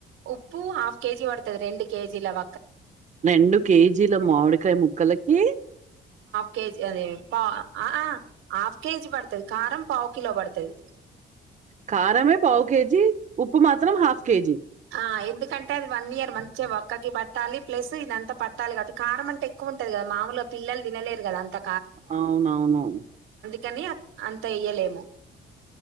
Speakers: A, on the right; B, on the right.
A: ఉప్పు హాఫ్ కేజి వడుతది రెండు కేజి లావ
B: రెండు కేజీల మామిడికాయ ముక్కలకీ
A: కేజి అదే పౌ ఆఆ హఫ్ కేజ్ కేజీ పడుతుంది కారం పావు కిలో పడతది
B: కారమే పావు కేజీ ఉప్పు మాత్రం హాఫ్ కేజీ
A: ఆ ఎందుకంటే అది వన్ ఇయర్ మంచిగా వక్కకి పట్టాలి ప్లస్ ఇదంతా పట్టాలి కట్టి కారం అంటే ఎక్కువ ఉంటుంది కదా మామూలు పిల్లలు తినలేరు కదా అంతా
B: అవునవును
A: కాని అంత ఏయ్యలేము